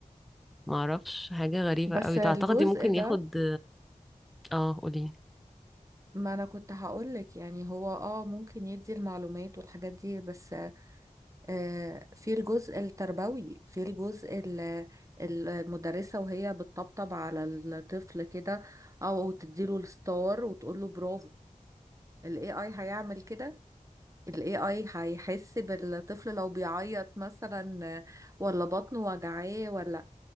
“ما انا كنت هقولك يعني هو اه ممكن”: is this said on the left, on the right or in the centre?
Right